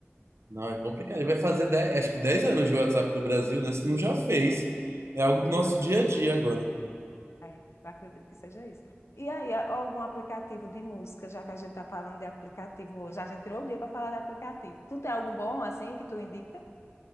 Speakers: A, on the right (about 80°); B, on the left (about 80°).
A: Não, é complicado. Ele vai fazer 10, acho que 10 anos de WhatsApp do Brasil, né? Se não já fez. É algo
B: É,
A: do nosso
B: eu acredito.
A: dia a dia agora.
B: É, eu acredito que seja isso. E aí, a- algum aplicativo de música, já que a gente está falando de aplicativo hoje, a gente tirou o dia para falar de aplicativo. Tu tem algum bom, assim, que tu indica?